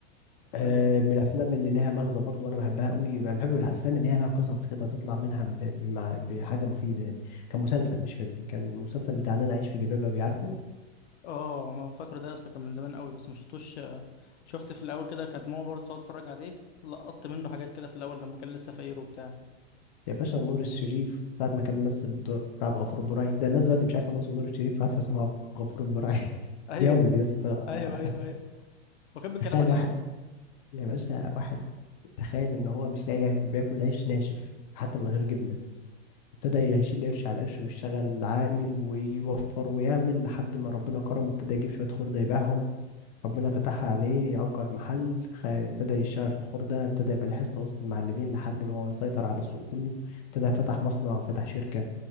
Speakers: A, on the left; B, on the left.
A: آه،
B: ايوه
A: من الافلام اللي ليها مغزى برضو وانا بحبها قوي انا بحب الافلام اللي هي لها قصص كده تطلع منها ب... بمع... بحاجه مفيده يعني كان مسلسل مش فيلم كان المسلسل بتاع اللي انا عايش في جلباب ابي عارفه
B: اه ما فاكره ده يا اسطى كان من زمان قوي بس ما شفتوش شفت في الاول كده كانت ماما برضه تقعد تتفرج عليه لقطت منه حاجات كده في الاول لما كان لسه فقير وبتاع
A: يا باشا نور الشريف ساعه ما كان ممثل بدور عبد الغفور البرعي ده الناس دلوقتي مش عارفه ان هو اسمه نور الشريف عارفه اسمه عبد الغفور البرعي <laughs>
B: ايوه
A: جامد يا اسطى آه،
B: ايوه ايوه ايوه وكان بيتكلم
A: تخيل
B: عن ايه
A: واحد
B: يا اسطى
A: يا باشا واحد تخيل ان هو مش لاقي ياكل بياكل عيش ناشف حتى من غير جبنه ابتدى يشيل قرش على قرش ويشتغل عامل ويوفر ويعمل لحد ما ربنا كرمه ابتدى يجيب شوية خردة يبيعهم ربنا فتحها عليه أجر محل خ- ابتدى يشتغل في الخردة ابتدى يبقى ليه حصة وسط المعلمين لحد ما هو سيطر على السوق كله ابتدى فتح مصنع فتح شركة